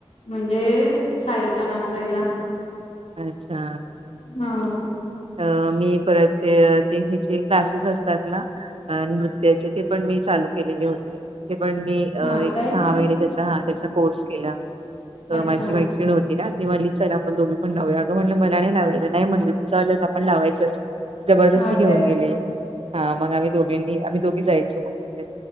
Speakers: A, on the left (about 80°); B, on the right (about 65°).
A: म्हणजे साईड ला नाचायला.
B: अच्छा
A: हा.
B: अ मी परत ते हेचे क्लासेस असतात ना? अ नृत्याचे ते पण मी चालू केलेले होते ते पण मी अ
A: हा
B: एक
A: काय
B: सहा महिने त्याचा हा त्याचा कोर्स केला तर
A: अच्छा
B: माझी मैत्रिण होती ना ती म्हणली चल आपण दोघी पण लावूया अगं म्हणलं मला नाही लावाय नाही म्हणली. चलच आपण लावायचच जबरदस्ती
A: हा
B: घेऊन
A: काय
B: गेले हा मग आम्ही दो आम्ही दोघी जायचो मग तिथे.